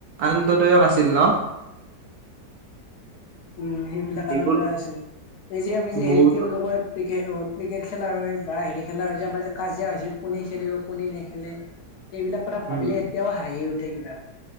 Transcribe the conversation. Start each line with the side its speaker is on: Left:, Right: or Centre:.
Right: আনন্দদায়ক আছিল ন।
Left: উম! সেইবিলাক
Right: এইবোৰ
Left: আনন্দ আছে এই যে আমি যে
Right: বহুত
Left: হেৰি কি বুলি কয় ক্ৰিকে ক্ৰিকেট খেলা হয় বা হেৰি খেলা হয় যে আমাৰ যে কাজিয়া হৈছিল কোনে খেলিব কোনে নেখেলে? সেইবিলাক কথা
Right: উম
Left: ভাবিলে এতিয়াও হাঁহি উঠে কিবা।